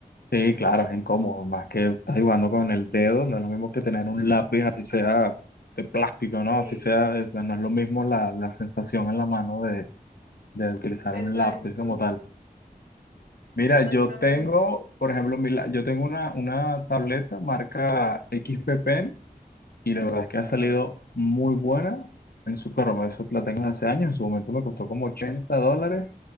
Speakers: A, on the left (about 85°); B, on the right (about 85°).
A: Sí, claro, es incómodo, más que estás jugando con el dedo, no es lo mismo que tener un lápiz, así sea de plástico, ¿no?
B: Sí,
A: Así sea, o sea, no es lo mismo la, la sensación en la mano de, de utilizar
B: exacto,
A: un lápiz como tal. Mira,
B: exactamente.
A: yo tengo, por ejemplo, mi la- yo tengo una, una tableta marca XP Pen y la verdad es que ha
B: Ajá,
A: salido muy buena en su, claro, eso la tengo desde hace años, en su momento me costó como ochenta dólares